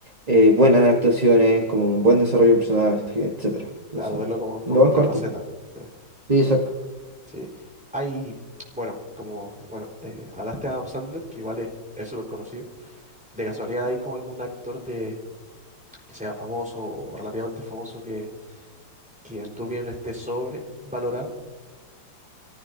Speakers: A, on the right; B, in the centre.
A: eh, buenas actuaciones, como un buen desarrollo personal, etcétera. Entonces,
B: Claro, verlo como, como
A: lo
B: en
A: van
B: otra
A: corto.
B: faceta. Sí.
A: Sí, exacto.
B: Sí. Hay, bueno, como, bueno, eh, hablaste de Adam Sandler, que igual es, es súper conocido. ¿De casualidad hay como algún actor de que sea famoso o relativamente famoso que que en tu opinión esté sobrevalorado?